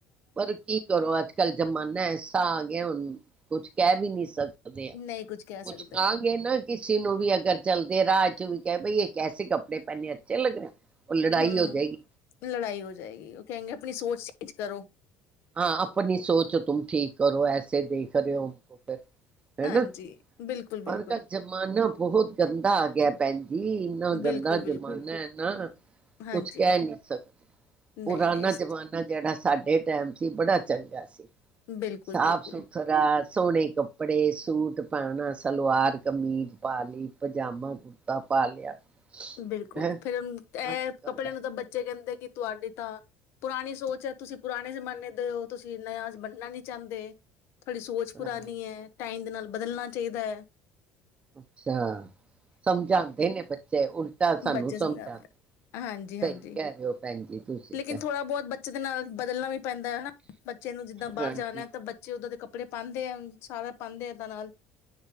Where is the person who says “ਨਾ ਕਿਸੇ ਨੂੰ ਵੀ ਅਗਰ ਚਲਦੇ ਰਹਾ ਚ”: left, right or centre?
Right